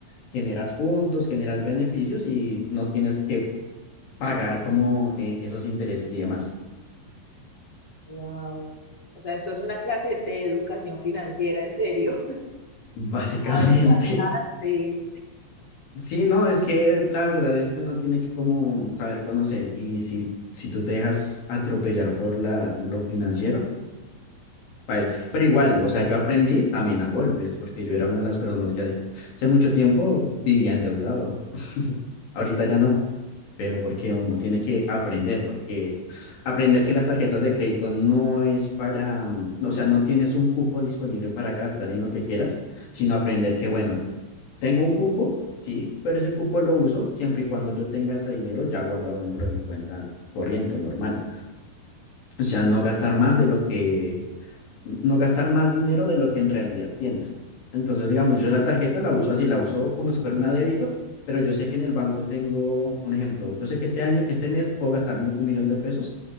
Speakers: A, on the left; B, on the left.
A: generas puntos, generas beneficios y no tienes que pagar como eh, esos intereses y demás.
B: Wow. O sea, esto es una clase de educación financiera, en serio.
A: Básicamente.
B: a
A: <laughs>
B: Sí,
A: Sí, no, es que la verdad es que uno tiene que como saber conocer y si, si tú te dejas atropellar por la, lo financiero, paila. Pero igual, o sea, yo aprendí también a golpes, porque yo era una de las personas que hace mucho tiempo vivía endeudado. Ahorita ya no, pero porque uno tiene que aprender, porque aprender que las tarjetas de crédito no es para, mm, o sea, no tienes un cupo disponible para gastar en lo que quieras, sino aprender que, bueno, tengo un cupo, sí, pero ese cupo lo uso siempre y cuando yo tenga ese dinero ya guardado dentro de mi cuenta corriente o normal. O sea, no gastar más de lo que no gastar más dinero de lo que en realidad tienes. Entonces, digamos, yo la tarjeta la uso así, la uso como si fuera una débito, pero yo sé que en el banco tengo un ejemplo. Yo sé que este año, este mes puedo gastarme un millón de pesos